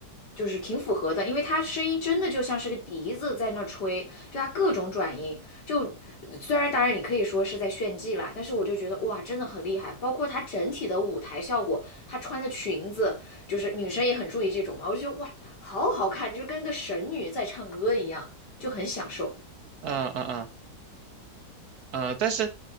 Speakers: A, on the left; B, on the right.
A: 就是挺符合的，因为它声音真的就像是个笛子在那吹，就它各种转音。就虽然当然你可以说是在炫技啦，但是我就觉得哇，真的很厉害。包括它整体的舞台效果，她穿的裙子。就是女生也很注意这种嘛，我就觉得哇，好好看，就是跟个神女在唱歌一样，就很享受。
B: 嗯嗯嗯呃，但是，